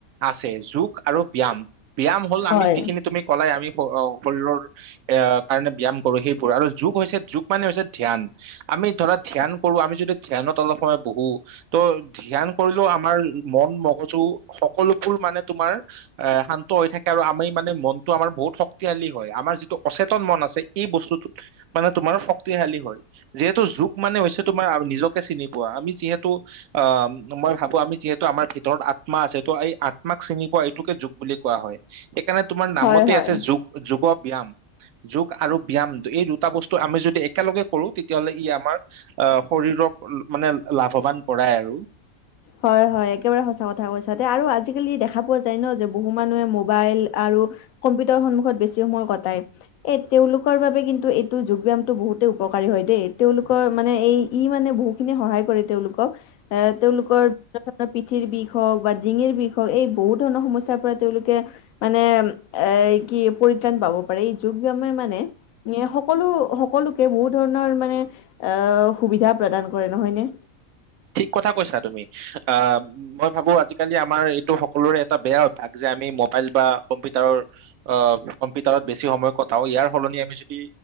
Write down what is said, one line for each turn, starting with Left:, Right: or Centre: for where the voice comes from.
Right: আছে যোগ আৰু ব্যায়াম। ব্যায়াম হ'ল
Left: হয়
Right: আমি যিখিনি তুমি কলাই আমি অ শৰীৰৰ- এয়া কাৰণে ব্যায়াম কৰো সেইবোৰ আৰু যোগ হৈছে যোগ মানে হৈছে ধ্যান। আমি ধৰা ধ্যান কৰো আমি যদি ধ্যানত অলপ সময় বহো ত'- ধ্যান কৰিলেও আমাৰ মন মগজু সকলোবোৰ মানে তোমাৰ- এ শান্ত হৈ থাকে আৰু আমি মানে মনতটো আমাৰ বহুত শক্তিশালী হয়। আমাৰ যিটো অচেতন মন আছে- এই বস্তুটোত মানে তোমাৰ শক্তিশালী হয়। যিহেতু যুগ মানে হৈছে তোমাৰ আৰু নিজকে চিনি পোৱা। আমি যিহেতু- অ মই ভাবো আমি যিহেতু আমাৰ ভিতৰত আত্মা আছে তো এই আত্মাক চিনি পোৱা এইটোকে যুগ বুলি কোৱা হয়। সেইকাৰণে তোমাৰ নামতে
Left: হয় হয়
Right: আছে যুগ যোগ ব্যায়াম। যোগ আৰু ব্যায়াম এই দুটা বস্তু আমি যদি একেলগে কৰো তেতিয়াহলে ই আমাৰ- আহ শৰীৰক মানে লাভৱান কৰাই আৰু।
Left: হয় হয় একেবাৰে সঁচা কথা কৈছা দে। আৰু আজিকালি দেখা পোৱা যায় ন যে বহু মানুহে মোবাইল আৰু- কম্পিউটাৰ সন্মুখত বেছি সময় কটাই। এই- তেওঁলোকৰ বাবে কিন্তু এইটো যোগ ব্যায়ামটো বহুতেই উপকাৰী হয় দেই। তেওঁলোকৰ মানে এই ই মানে বহু- খিনি সহায় কৰে তেওঁলোকক। এ কৰ ধৰণৰ পিঠিৰ বিষ হওঁক বা ডিঙিৰ বিষ হওক এই বহুত ধৰণৰ সমস্যাৰ পৰা তেওঁলোকে- মানে এ কি পৰিত্ৰাণ পাব পাৰে এই যোগ ব্যামে মানে এ সকলো, সকলোকে বহু ধৰণৰ মানে অ', সুবিধা প্ৰদান কৰে, নহয়নে?
Right: ঠিক কথা কৈছা তুমি। অ' মই ভাবো আজিকালি আমাৰ এইটো সকলোৰে এটা বেয়া অভ্যাস যে আমি মোবাইল বা কম্পিউটাৰৰ অ', কম্পিউটাৰত বেছি সময় কটাও, ইয়াৰ সলনি আমি যদি